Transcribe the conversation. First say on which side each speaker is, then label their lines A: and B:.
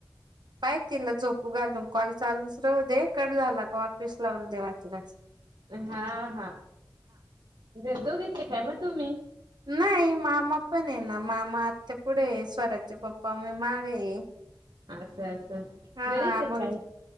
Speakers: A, on the right (about 65°); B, on the right (about 80°).
A: पाय तिला झोपू घालून कॉल चालूच राहूदे कड झाला का वापिस लावून दे वाटलास
B: हा हा गरदो घ्याचे काय म तुम्ही
A: नाही मामा पण आहे ना मामा आत्ता पुढे स्वराजच्या पप्पा मी माग आहे
B: असं असं
A: हा
B: गरेच
A: आम्हाला
B: आहे काय